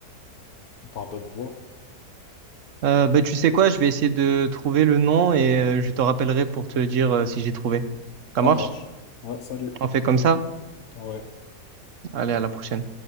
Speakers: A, on the left; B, on the right.
A: ou par d'autres voies.
B: Euh, bah, tu sais quoi, je vais essayer de trouver le nom et euh, je te rappellerai pour te dire euh, si j'ai trouvé. Ça
A: Ça
B: marche?
A: marche. Ouais, salut.
B: On fait comme ça?
A: Ouais.
B: Allez, à la prochaine.